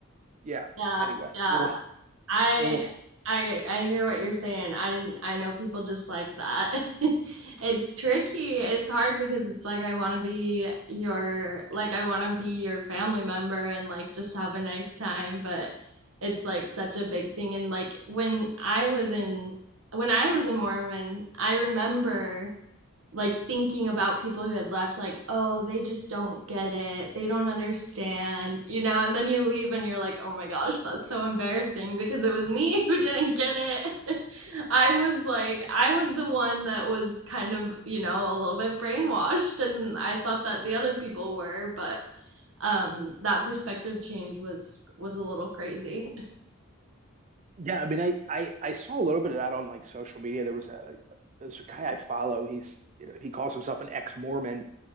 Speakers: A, on the right (about 35°); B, on the right (about 75°).
A: yeah.
B: Yeah,
A: Anyway,
B: yeah.
A: oh,
B: I
A: oh,
B: I I hear what you're saying. I I know people just like that. <laughs> It's tricky. It's hard because it's like I want to be your like I want to be your family member and like just have a nice time, but it's like such a big thing and like when I was in when I was a Mormon, I remember like thinking about people who had left like oh they just don't get it they don't understand you know and then you leave and you're like oh my gosh that's so embarrassing because it was me <laughs> who didn't get it <laughs> i was like i was the one that was kind of you know a little bit brainwashed and i thought that the other people were but um that perspective change was was a little crazy
A: yeah. I mean, I, I, I saw a little bit of that on like social media. There was a, there's a guy I follow. He's, you know, he calls himself an ex-Mormon,